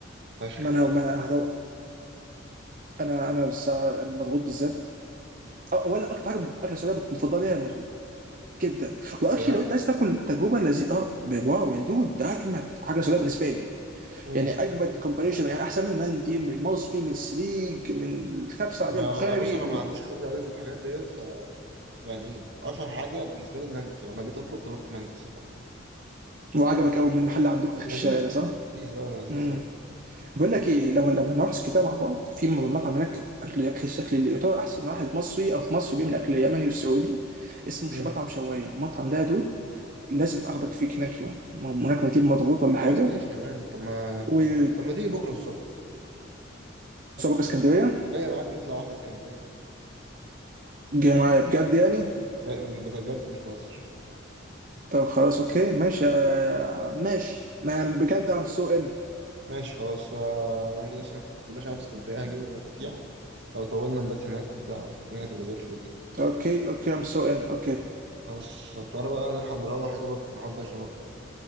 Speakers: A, on the right; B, on the right.
A: فشخ
B: ما انا
A: بقى
B: ما انا هدو... انا انا بس مضغوط بالذات أو- اولا اكتر حاجه اكله سعوديه مفضله ليا المضغوط جدا واكشلي
A: بجد
B: لو انت عايز تاكل تجربه لذيذه اه ب- واو يا دود ده اجمد حاجه سعوديه بالنسبه لي
A: مم.
B: يعني اجمد كومبانيشن يعني احسن من المندي من المصبي من السليج من الكبسه العاديه
A: انا
B: البخاري
A: والله- بص انا
B: الب-
A: ما عنديش خبره قوي في الحاجات ديت ف يعني اشهر حاجه بالنسبه لي المندي فلما جيت اطلب طلبت مندي الصراحه
B: وعجبك قوي من محل عندكم في آخر الشارع
A: لذيذ
B: ده صح؟
A: لذيذ اه لذيذ
B: امم
A: يعني قشطة
B: بقول لك ايه لما لما نروح كده مع بعض في مطعم هناك اكل اكل الشكل اللي يعتبر احسن واحد مصري او في مصر بيعمل اكل يمني والسعودي اسمه
A: مم.
B: مش مطعم شوايه المطعم ده يا دود لازم اخدك فيه هناك يوم ما هو هناك بجيب مضغوط ولا حاجه
A: خلاص ماشي يا مان طب ما
B: وعايز
A: طب ما تيجي بكرة الصبح
B: اسكندريه
A: جاي معاك نطلع واحدة اسكندرية
B: جاي معايا بجد يعني
A: جاي بجد مش بهزر
B: طب خلاص اوكي ماشي آه، ماشي ما أنا بجد ام سو ان
A: ماشي خلاص آه، انا عندي اصلا عندنا شعب في اسكندرية هجيب من المفاتيح لو طولنا نبات هناك وبتاع والدنيا هتبقى زي الفل يعني
B: اوكي اوكي ام سو ان اوكي
A: خلاص طب تعالى بقى نلحق نروح يا دوبك نحضر شنطنا